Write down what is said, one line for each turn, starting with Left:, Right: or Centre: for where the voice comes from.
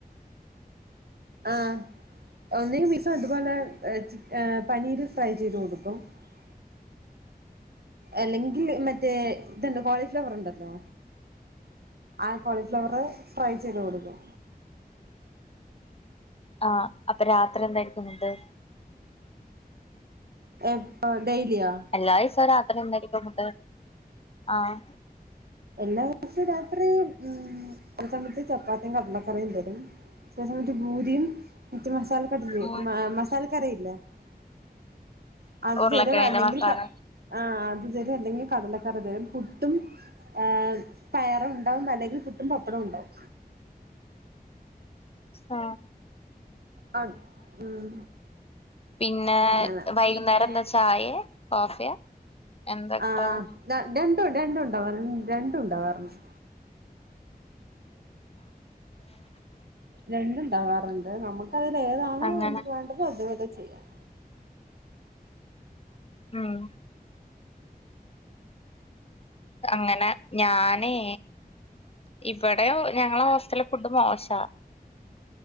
Right: ആ <unintelligible> <unintelligible> എല്ലങ്കി മറ്റേ ഇത്ണ്ട് കോളിഫ്ലവർ ഉണ്ടല്ലോ ആ കോളിഫ്ലവർ ഫ്രൈ ചെയ്ത് കൊടുക്കും
Left: ആ അപ്പൊ രാത്രി എന്താ യിരിക്കും ഫുഡ്
Right: എപ്പോ ഡെയിലിയോ
Left: എല്ലാ <unintelligible> ഫുഡ് ആഹ്
Right: എല്ലാസം രാത്രി ചെലസമയത് ചപ്പാത്തിയും കടലക്കറിയും വരും ചെലസമയത് പൂരിയും മസാല കടലി
Left: ഉം
Right: മ മസാല കറിയില്ലേ <unintelligible>
Left: ഉരുളക്കിഴങ്ങിന്റെ
Right: വല്ലങ്കിൽ
Left: മസാല
Right: പ ആ ഇതിലി അല്ലങ്കി കടല കറി തിലും പു ട്ടും ആ പയർണ്ടാഉം അല്ലങ്കി പുട്ടും പപ്പടം ഉണ്ടാകും
Left: ആ
Right: ആ ഉം
Left: പിന്നെ
Right: അങ്ങനെ
Left: വൈകുന്നേരം
Right: പിന്നെ
Left: എന്താ ചായേ കോഫിയാ എന്താ കിട്ടാ
Right: <inaudible> ആ രണ്ടുഒണ്ട് രണ്ടുഒണ്ടാകും അതിന്റെ തുണ്ടാവാറുണ്ട് രണ്ടും ഉണ്ടാവറുണ്ട് നമ്മക്കതിലേതാണോ
Left: അങ്ങനെ
Right: വേണ്ട വേണ്ടത് അത്പോലെ ചെയ്യാം
Left: ഉം അങ്ങനെ ഞാനെ ഇവടെയൊ ഞങ്ങളെ ഹോസ്റ്റലിലെ ഫുഡ് മോശ